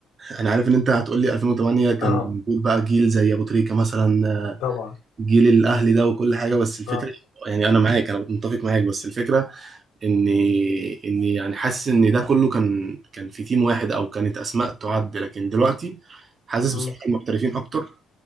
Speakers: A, on the right; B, on the left.
A: انا عارف ان انت هتقول لي 2008 كان
B: اه
A: موجود بقى جيل زي ابو تريكة مثلا آه،
B: طبعا
A: جيل الاهلي ده وكل حاجه بس الفكره
B: اه
A: يعني انا معاك انا متفق معاك بس الفكره اني اني يعني حاسس ان ده كله كان كان في تيم واحد او كانت اسماء تعد لكن دلوقتي حاسس
B: مم،
A: بصراحه المحترفين اكتر